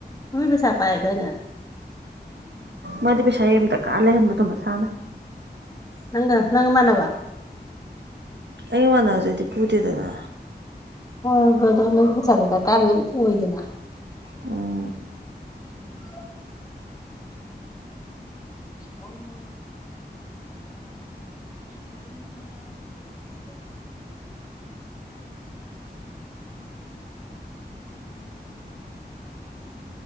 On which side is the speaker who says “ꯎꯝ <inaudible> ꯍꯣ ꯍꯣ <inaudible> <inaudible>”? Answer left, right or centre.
Left